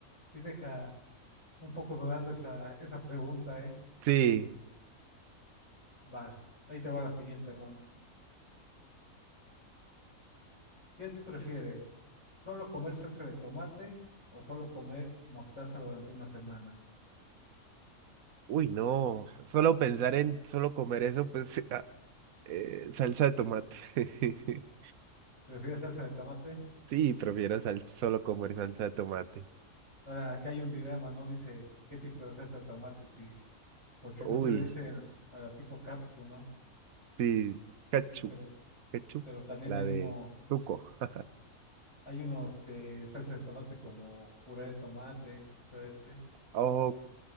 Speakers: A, on the left; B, on the right.
A: sí deja. Un poco dudando esa, esa pregunta, ¿eh?
B: Sí,
A: Va, ahí te va la siguiente, hermano. ¿Qué prefieres? ¿Solo comer salsa de tomate o solo comer mostaza durante una semana?
B: uy, no, solo pensar en solo comer eso, pues <laughs> ah, eh, salsa de tomate. <laughs>
A: ¿Prefieres salsa de tomate?
B: Sí, prefiero sal- solo comer salsa de tomate.
A: Ahora, acá hay un dilema, ¿no? Dice qué tipo de salsa de tomate, sí. Porque muchos
B: Uy,
A: le dicen a la tipo capsu, ¿no?
B: sí, ketchup,
A: Pero,
B: ketchup,
A: pero también
B: la
A: hay
B: de
A: uno,
B: truco. <laughs>
A: hay uno, este, salsa de tomate como puré de tomate, todo este.
B: Ok,